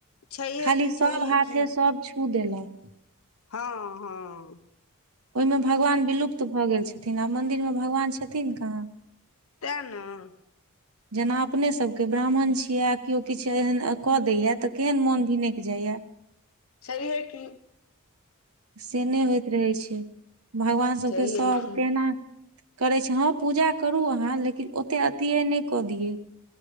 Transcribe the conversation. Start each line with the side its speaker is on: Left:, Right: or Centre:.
Left: छैहे
Right: खाली
Left: कि छैहे
Right: सभ हाथे
Left: कि
Right: सभ छू देलक।
Left: हँ हँ
Right: ओहिमे भगवान विलुप्त भऽ गेल छथिन आ मन्दिरमे भगवान छथिन कहाँ।
Left: तेँ नऽ
Right: जेना अपनेसभके ब्राह्मण छियै आ किओ किछु एहन कऽ दैए तऽ केहन मोन भिनकि जाइए।
Left: सेहै की।
Right: से नहि होइत रहै छै भगवान सभके
Left: छैहे
Right: सभ
Left: कि
Right: केना करै छै हँ पूजा करू अहाँ लेकिन ओते अतियै नहि कऽ दियै।